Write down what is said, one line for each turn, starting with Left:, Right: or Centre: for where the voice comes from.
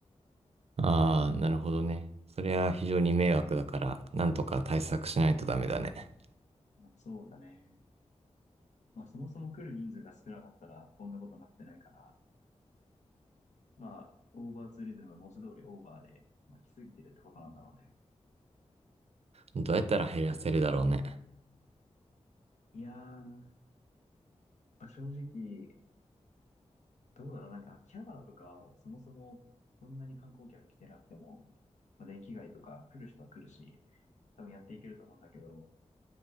Right: う。ああ、なるほどね。それは非常に迷惑だから、なんとか対策しないとダメだね。
Left: う。まあ、そうだね。まあそもそも来る人数が少なかったらこんなことになってないから、まあ、オーバーツーリズムの文字通りオーバーで、まあ、来すぎてるってことなんだろうね。
Right: どうやったら減らせるだろうね。
Left: いやー、まあ、正直、どうだろう、なんか秋葉原とかはもうそもそもそんなに観光客来てなくても、まあ、電気街とか来る人は来るし、多分やっていけると思うんだけど、